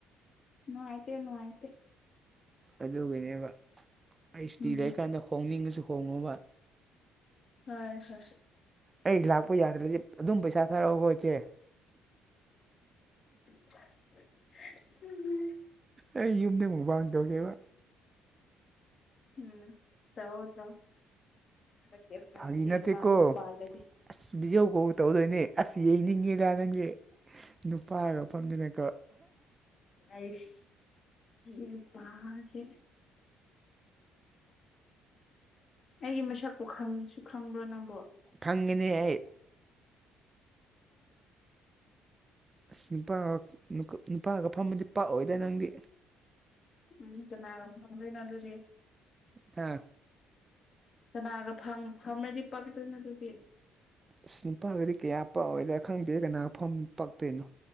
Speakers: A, on the left; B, on the right.
A: ꯅꯨꯉꯥꯏꯇꯦ ꯅꯨꯉꯥꯏꯇꯦ
B: ꯑꯗꯨꯒꯤꯅꯦꯕ ꯑꯩ ꯁꯨꯇꯤ
A: ꯎꯝ
B: ꯂꯩꯀꯥꯟꯗ ꯍꯣꯡꯅꯤꯡꯉꯁꯨ ꯍꯣꯡꯉꯣꯕ
A: ꯍꯣꯏ ꯍꯣꯏ
B: ꯑꯩ ꯂꯥꯛꯄ ꯌꯥꯗ꯭ꯔꯗꯤ ꯑꯗꯨꯝ ꯄꯩꯁꯥ ꯊꯥꯔꯛꯑꯣꯀꯣ ꯏꯆꯦ
A: <inaudible>
B: ꯑꯩ ꯌꯨꯝꯗ ꯃꯨꯛꯕꯥꯥꯡ ꯇꯧꯒꯦꯕ
A: ꯎꯝ ꯇꯧꯑꯣ ꯇꯧ ꯊꯥꯔꯛꯀꯦ ꯊꯥꯔꯛꯀꯦ
B: ꯐꯥꯒꯤ ꯅꯠꯇꯦꯀꯣ
A: ꯄꯥꯥꯟꯕꯨ ꯄꯥꯜꯂꯗꯤ
B: ꯑꯁ ꯕꯤꯗꯤꯑꯣ ꯀꯣꯜꯒ ꯇꯧꯗꯣꯏꯅꯦ ꯑꯁ ꯌꯦꯡꯅꯤꯡꯉꯦꯗ ꯅꯪꯖꯦ ꯅꯨꯄꯥꯒ ꯐꯝꯗꯅꯀꯣ
A: ꯑꯩꯁ ꯁꯤ ꯒꯤ ꯅꯨꯄꯥꯁꯤ ꯑꯩꯒꯤ ꯃꯁꯛꯄꯨ ꯈꯪꯁꯨ ꯈꯪꯕ꯭ꯔꯣ ꯅꯪꯕꯣ
B: ꯈꯪꯉꯦꯅꯦ ꯑꯩ ꯑꯁ ꯅꯨꯄꯥꯒ ꯅꯨꯄꯥꯒ ꯐꯝꯃꯗꯤ ꯄꯛꯑꯣꯏꯗ ꯅꯪꯗꯤ
A: ꯎꯝ ꯀꯅꯥꯒ ꯐꯝꯗꯣꯏꯅꯣ ꯑꯗꯨꯗꯤ
B: ꯍꯥ
A: ꯀꯅꯥꯒ ꯐꯝ ꯐꯝꯔꯗꯤ ꯄꯛꯀꯥꯗꯣꯏꯅꯣ ꯑꯗꯨꯗꯤ
B: ꯑꯁ ꯅꯨꯄꯥꯒꯗꯤ ꯀꯌꯥ ꯄꯛꯑꯣꯏꯗ ꯈꯪꯗꯦ ꯀꯅꯥ ꯐꯝ ꯄꯛꯇꯣꯏꯅꯣ